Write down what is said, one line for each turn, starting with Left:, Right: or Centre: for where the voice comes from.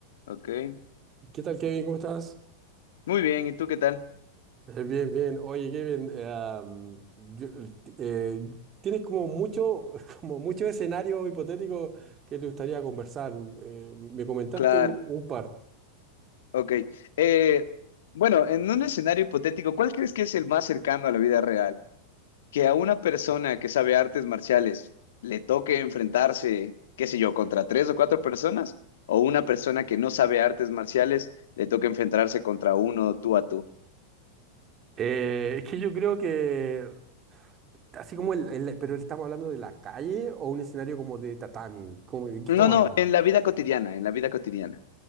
Left: Ok,
Right: ¿Qué tal, Kevin? ¿Cómo estás?
Left: muy bien, ¿y tú qué tal?
Right: Eh, Bien, bien. Oye, Kevin, eh, am, yo- el ti- eh, tienes como mucho, <laughs> como muchos escenarios hipotéticos que te gustaría conversar. Eh, me comentaste
Left: Claro,
Right: un, un par.
Left: ok. Eh, bueno, en un escenario hipotético, ¿cuál crees que es el más cercano a la vida real? Que a una persona que sabe artes marciales le toque enfrentarse, qué sé yo, contra tres o cuatro personas, o una persona que no sabe artes marciales le toque enfrentarse contra uno tú a tú.
Right: Eh, es que yo creo que, así como el, el- pero estamos hablando de la calle o un escenario como de tatami, ¿Cómo? ¿de qué
Left: No,
Right: estamos
Left: no,
Right: hablando?
Left: en la vida cotidiana, en la vida cotidiana.